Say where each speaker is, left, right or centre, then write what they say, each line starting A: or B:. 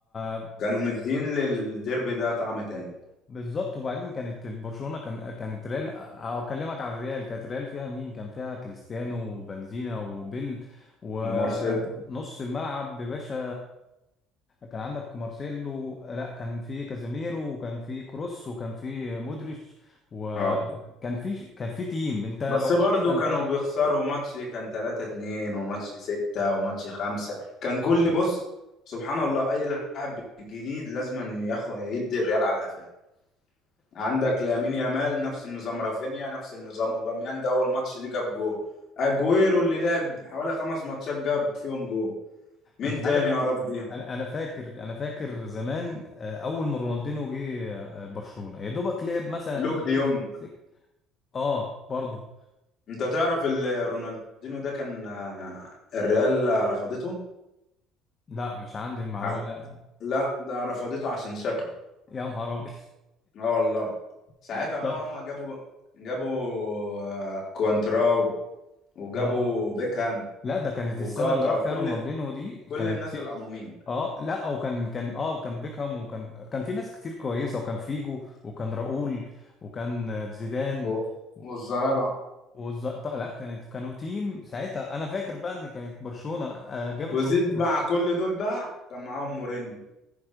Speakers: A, on the left (about 30°); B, on the left (about 50°).
A: آه،
B: كانوا مدين للديربي ده طعم تاني
A: بالظبط وبعدين كانت برشلونة كان كانت ريال اكلمك على الريال كانت ريال فيها مين كان فيها كريستيانو وبنزينا وبيل ونص
B: ومارسيلو
A: الملعب باشا كان عندك مارسيلو لا كان في كازاميرو وكان في كروس وكان في مودريتش وكان
B: اه
A: في كان في تيم انت برشلونة
B: بس برضه
A: كان
B: كانوا
A: فيها
B: بيخسروا ماتش كان 3 2 وماتش 6 وماتش 5 كان كل بص سبحان الله اي لاعب جديد لازم ياخد يدي الريال على قفاه عندك لامين يامال نفس النظام رافينيا نفس النظام اوباميانج اول ماتش ليه جاب جول اجويرو اللي لعب حوالي خمس ماتشات جاب فيهم جول مين
A: انت
B: تاني
A: عارف
B: يا ربي
A: انا أنا فاكر انا فاكر زمان آه، اول ما رونالدينو جه آه، برشلونة يا دوبك لعب مثلا
B: لوك
A: ايه
B: دي
A: سك
B: يونج
A: سك اه برضه
B: انت تعرف ال- رونالدينيو ده كان آه، الريال رفضته
A: لا مش عندي المعلومة
B: ع-
A: لا
B: لا ده رفضته عشان شكله
A: يا نهار أبيض
B: اه والله ساعتها
A: <laughs>
B: بقى
A: لا
B: هم جابوا جابوا آه، كوانتراو وجابوا
A: اه
B: بيكهام
A: لا ده كانت
B: وكاكا
A: السنة اللي راح فيها
B: كل
A: رونالدينو دي كانت
B: كل الناس
A: شيء-
B: الأمامير
A: اه لا وكان كان اه كان بيكهام وكان كان في ناس كتير كويسة وكان فيجو وكان راؤول وكان آه، زيدان
B: و-
A: و-
B: والظاهرة
A: والز... طيب لا كانت كانوا تيم ساعتها انا فاكر بقى ان كانت برشلونة آه، جابت
B: وزيد
A: رونالدينو
B: مع كل دول بقى كان معاهم مورينيو